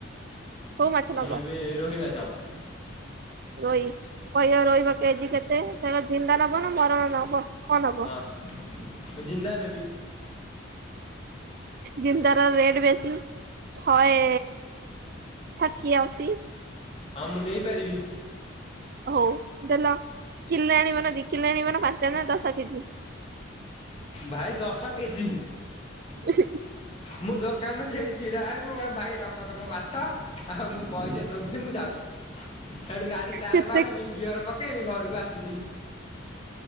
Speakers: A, on the right (about 50°); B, on the left (about 30°).
A: କୋଉ ମାଛ
B: ମୁଁ
A: ନବ
B: ନେବି ରୋହି ମାଛ।
A: ରୋହି କହିବା ରହିବ କେଜି କେତେ ସେ ଝିନ୍ଦା ନବ ନା ମରଣ ନବ? କଣ ନବ
B: ତ ମୁଁ ଜିନ୍ଦା ନେବି।
A: ଜିନ୍ଦାର ରେଟ ବେଶୀ ଶହେ ଷାଠିଏ ଅସି।
B: ହଁ ମୁଁ ଦେଇପାରିବି।
A: ହଉ ଦେଲ କିଲେ ଆଣିବନା ଦି କିଲ ଆଣିବନା ପାଞ୍ଚ ଜଣ ଦଶ କେଜି?
B: ଭାଇ ଦଶ କେଜି।
A: ହ
B: ମୁଁ ଦୋକାନରେ ସେଇଠି ଛିଡା ହେବି ମୁଁ କହିବି ଭାଇ ରଖ ତମ ମାଛ ଆଉ ମୁଁ ପଇସା ଦେବିନି ମୁଁ ଯାଉଛି ସେଠୁ ଗାଡ଼ି ଷ୍ଟାର୍ଟ
A: କେତେ
B: ମାରିବି। ଗିଅର ପକେଇବି ଘରକୁ ଆସିବି।